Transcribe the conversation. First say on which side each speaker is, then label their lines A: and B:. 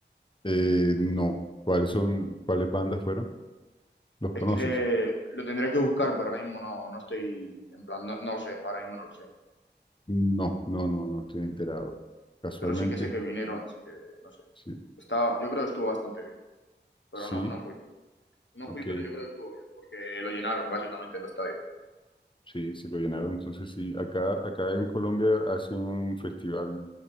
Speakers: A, on the left; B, on the left.
A: Eh, no. ¿Cuáles son, cuáles bandas fueron? ¿Los conoces?
B: Es que lo tendría que buscar, pero ahora mismo no, no estoy, en plan, no, no lo sé, ahora mismo no lo sé.
A: No, no, no, no estoy enterado. Casualmente,
B: Pero sí que sé que vinieron, así que no sé.
A: sí,
B: Está, yo creo que estuvo bastante bien, pero
A: sí,
B: no, no fui. No
A: ok.
B: fui, pero yo creo que estuvo bien, porque lo llenaron básicamente el estadio.
A: Sí, sí lo llenaron. Entonces sí, acá, acá en Colombia hacen un festival